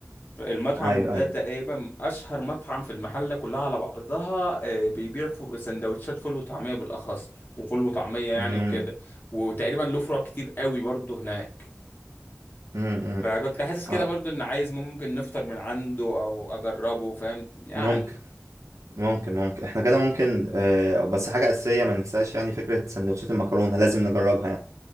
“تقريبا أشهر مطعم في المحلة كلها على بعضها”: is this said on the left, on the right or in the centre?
Left